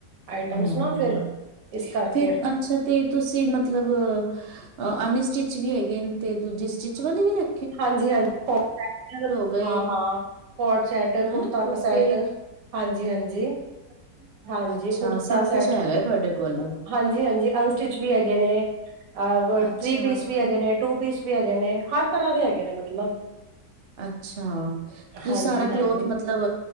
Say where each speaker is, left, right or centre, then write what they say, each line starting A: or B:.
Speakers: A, on the right; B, on the right.
A: ਆਈਟਮਸ
B: ਹਾਂ।
A: ਨਾ ਫਿਰ ਇਸ ਕਰਕੇ
B: ਫਿਰ ਅੱਛਾ ਤੇ ਤੁਸੀਂ ਮਤਲਬ ਅ ਅਨਸਟਿੱਚ ਵੀ ਹੈਗੇ ਨੇ ਤੇ ਦੂਜੇ ਸਟਿਚ ਵਾਲੇ ਵੀ ਰੱ
A: ਹਾਂਜੀ- ਹਾਂਜੀ।
B: ਗਏ
A: ਹਾਂ- ਹਾਂ। ਕੋਟ ਸੈਟ,
B: ਹੈਂ
A: ਕੁੜਤਾ
B: ਕੁੜਤੇ
A: ਸੈਟ ਹਾਂਜੀ- ਹਾਂਜੀ -ਹਾਂਜੀ।
B: ਅੱਛਾ
A: ਕੁੜਤਾ
B: ਸਭ ਕੁਛ
A: ਸੈਟ
B: ਹੈਗਾ ਤੁਹਾਡੇ ਕੋਲ
A: ਹਾਂਜੀ- ਹਾਂਜੀ ਅਨਸਟਿਚ ਵੀ ਹੈਗੇ ਨੇ। ਅ
B: ਅੱਛਾ
A: ਥ੍ਰੀ ਪੀਸ ਵੀ ਹੈਗੇ ਨੇ, ਟੂ ਪੀਸ ਵੀ ਹੈਗੇ ਨੇ ਹਰ ਤਰ੍ਹਾਂ ਦੇ ਹੈਗੇ ਨੇ ਮਤਲਬ।
B: ਅੱਛਾ। ਤੁਸੀਂ
A: ਹਾਂਜੀ-ਹਾਂਜੀ
B: ਸਾਰਾ ਕਲੋਥ ਮਤਲਬ